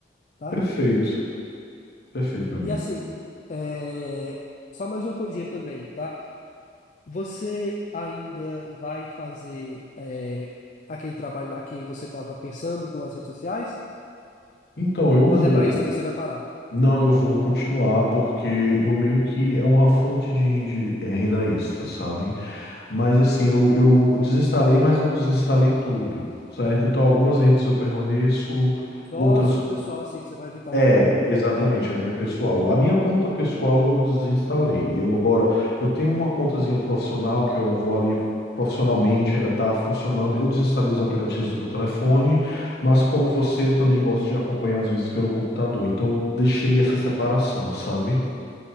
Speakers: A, on the left; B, on the left.
A: tá?
B: Perfeito, perfeito, meu amigo.
A: E assim, é, só mais uma coisinha também, tá? Você ainda vai fazer é, aquele trabalho lá que você estava pensando com as redes sociais?
B: Então, eu
A: Ou
B: vou.
A: até para isso também você vai parar?
B: Não, eu vou continuar porque eu meio que é uma fonte de rende- é, renda extra, sabe? Mas assim, eu, eu desinstalei, mas não desinstalei tudo, certo? Então, algumas redes eu permaneço,
A: Só
B: outras.
A: a sua pessoal, assim, que você vai evitar
B: É,
A: um pouco.
B: exatamente, a minha pessoal. A minha conta pessoal eu desinstalei. Eu agora, eu tenho uma contazinha profissional que eu vou ali profissionalmente, ainda tá funcionando. Eu desinstalei os aplicativos do meu telefone, mas como você, eu também gosto de acompanhar às vezes pelo computador. Então, eu deixei essa separação, sabe?